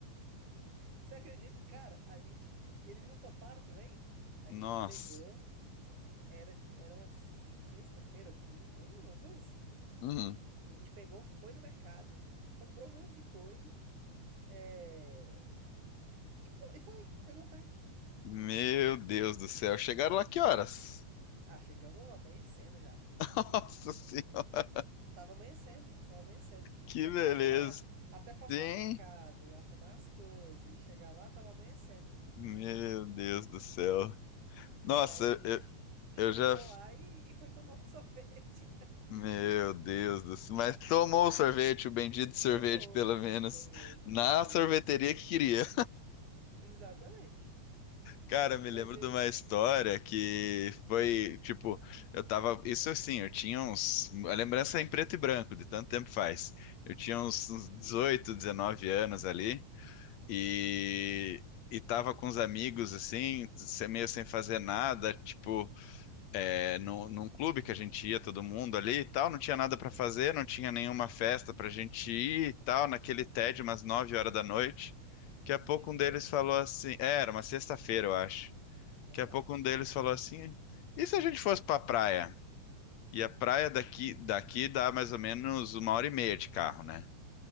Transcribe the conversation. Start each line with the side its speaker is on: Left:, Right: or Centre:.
Right: <laughs> Você acredita? Cara, a gente. E eles não toparam também? A
Left: Nossa.
Right: gente pegou. Era, era uma sexta-feira ou quinta, uma coisa assim.
Left: Uhum.
Right: A gente pegou, foi no mercado, comprou um monte de coisa, é, e, pro- e foi. Pegou o carro e foi.
Left: Meu Deus do céu. Chegaram lá que horas?
Right: Ah, chegamos amanhecendo já.
Left: <laughs> Nossa Senhora,
Right: Tava amanhecendo, tava amanhecendo.
Left: que
Right: Porque até
Left: beleza.
Right: arrumar, até passar
Left: Sim.
Right: no mercado, arrumar as coisas e chegar lá, tava amanhecendo.
Left: Meu Deus do céu.
Right: Sim,
Left: Nossa,
Right: aí a gente
Left: eu
Right: chegou
Left: Eu já.
Right: lá e, e foi tomar um <laughs> sorvete.
Left: Meu Deus do céu. Mas tomou o sorvete, o bendito sorvete,
Right: Tomou,
Left: pelo menos,
Right: tomou,
Left: na
Right: tomou.
Left: sorveteria que queria.
Right: Exatamente.
Left: Cara, me
Right: Mas
Left: lembro
Right: e
Left: de
Right: aí?
Left: uma história que foi, tipo, eu tava. Isso assim, eu tinha uns. A lembrança é em preto e branco, de tanto tempo faz. Eu tinha uns, uns 18, 19 anos ali. E.
Right: Sim.
Left: E tava com os amigos, assim, sem- meio sem fazer nada, tipo. é, no, num clube que a gente ia, todo mundo ali e tal, não tinha nada para
Right: Uhum.
Left: fazer, não tinha nenhuma festa pra gente ir e tal, naquele TED, umas 9 horas da noite. Daqui a pouco
Right: De final
Left: um deles
Right: de semana?
Left: falou assim, é, era uma sexta-feira, eu acho.
Right: Ah,
Left: Daqui
Right: tá.
Left: a pouco um deles falou assim, e se a gente fosse pra praia? E a praia daqui, daqui dá mais ou menos uma hora e meia de carro, né?